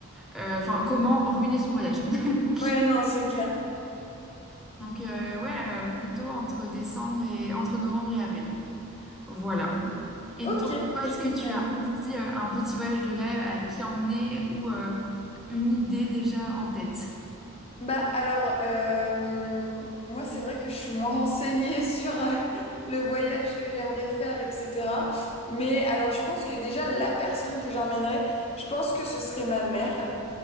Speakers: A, in the centre; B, on the left (about 25°).
A: Euh, Enfin, comment ruiner son voyage? <laughs>
B: Ouais, non, c'est clair.
A: Donc euh, ouais, euh, plutôt entre décembre et entre novembre et avril. Voilà. Et
B: Ok,
A: toi,
B: génial.
A: est-ce que tu as aussi euh, un petit voyage de rêve à qui emmener ou euh, une idée déjà en tête?
B: Bah alors, euh, moi c'est vrai que je suis moins renseignée <laughs> sur euh, le voyage que j'aimerais faire, etc. Mais alors je pense que déjà la personne que j'emmènerais, je pense que ce serait ma mère.